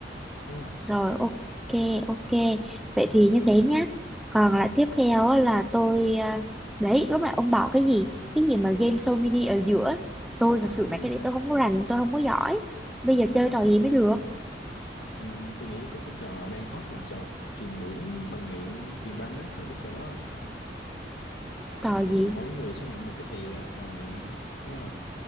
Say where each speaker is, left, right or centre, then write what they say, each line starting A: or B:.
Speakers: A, on the left; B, in the centre.
A: đúng không
B: rồi ok ok vậy thì như thế nhá còn
A: ừ.
B: lại tiếp theo á là tôi à, đấy lúc nãy ông bảo cái gì cái gì mà game show mini ở giữa tôi
A: Ờ,
B: thật sự mấy
A: đúng
B: cái
A: rồi
B: đấy tôi không có rành tôi không có giỏi bây giờ chơi trò gì mới được
A: ừ, tôi nghĩ có cái trò đang hot là trò truyền muỗng bằng miệng truyền banh á bạn biết trò đó không
B: trò gì
A: mỗi người sẽ ngậm một cái thìa vào miệng đúng không